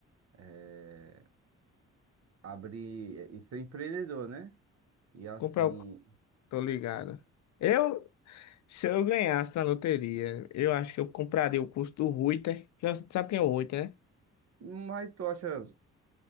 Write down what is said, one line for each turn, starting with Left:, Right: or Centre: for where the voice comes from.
Right: eh, abrir e ser empreendedor, né? E assim.
Left: comprar o, tô ligado. Eu, se eu ganhasse na loteria, eu acho que eu compraria o curso do Reuter. Já sabe quem é o Reuter, né?
Right: Mas tu acha